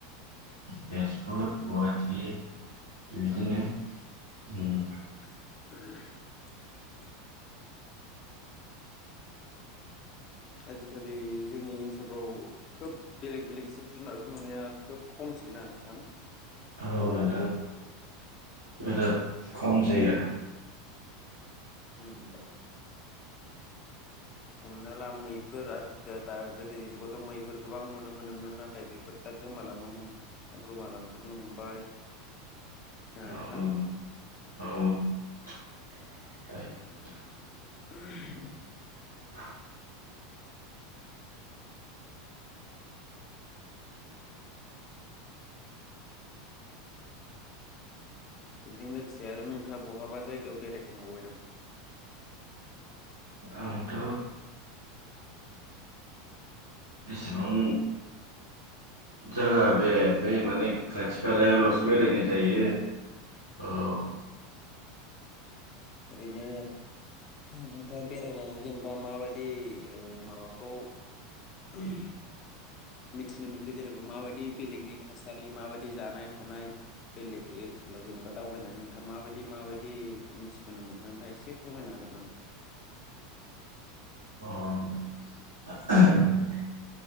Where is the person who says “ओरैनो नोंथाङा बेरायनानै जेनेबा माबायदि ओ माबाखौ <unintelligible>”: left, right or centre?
Left